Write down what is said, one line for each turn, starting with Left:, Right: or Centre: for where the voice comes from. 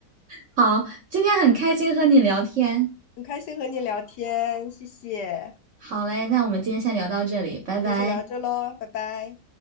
Right: 好，今天很开心和你聊天。
Left: 很开心和你聊天，谢谢。
Right: 好嘞，那我们今天先聊到这里，拜拜。
Left: 先先聊这喽，拜拜。